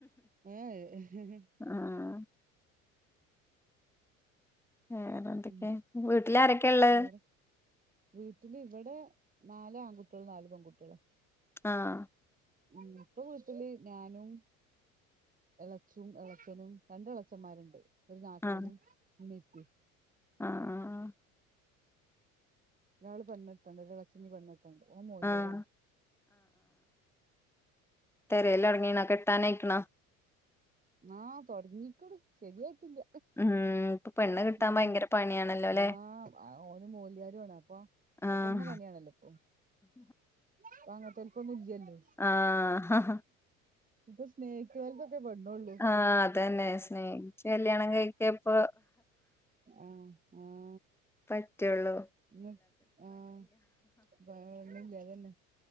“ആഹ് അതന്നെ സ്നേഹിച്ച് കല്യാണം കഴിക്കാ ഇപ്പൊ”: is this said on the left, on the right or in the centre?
Centre